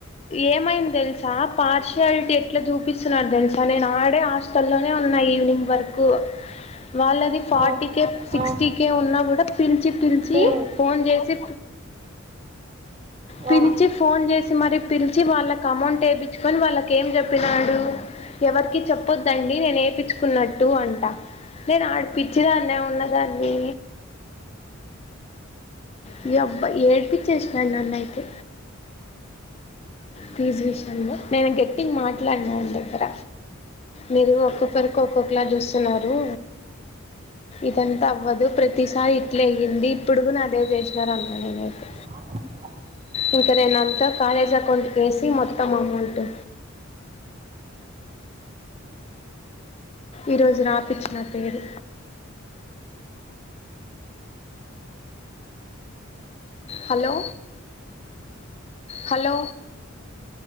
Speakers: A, on the left; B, on the right.
A: ఏమైంది తెలుసా పార్షయాలిటీ ఎట్లా చూపిస్తున్నారు తెలుసా నేను ఆడే హాస్టల్లోనే ఉన్నా ఈవినింగ్ వర్క్ హ వాళ్ళది ఫార్టీక
B: ఆ,
A: సిక్స్టీకే
B: ఆ,
A: ఉన్నా కూడా పిలిచి పిలిచి
B: ఏ,
A: ఫోన్ చేసి పిలిచి
B: ఆ.
A: ఫోన్ చేసి మరి పిలిచి వాళ్ళకు అమౌంట్ వేయిచ్చుకొని వాళ్ళక ఏం చెప్పినాడు ఎవరికి చెప్పొద్దండి నేనే ఏేపించుకున్నట్టు అంటా నేను ఆడిపించినాన్న ఉన్నదాన్ని
B: అ
A: మీ అబ్బాయి ఏడిపచ్చేసినాను నన్నుయితే ప్లీజ్ విషయంలో నేను గెట్టింగ్ మాట్లాడినాను దగ్గర మీరు ఒక్కొక్కరు కోక్కో క్లా చూస్తున్నారు ఇదంతా అవ్వదు ప్రతిసారి ఇట్లే అయ్యింది ఇప్పుడుగు నాదే చేసినార అన్న నేనైతే
B: స
A: ఇంకాదే నా అంతా కాలేజ్ అక కేసీ మొత్తం అమౌంట్ు ఈరోోజు రాపచ్చిన పేరు హలో హలో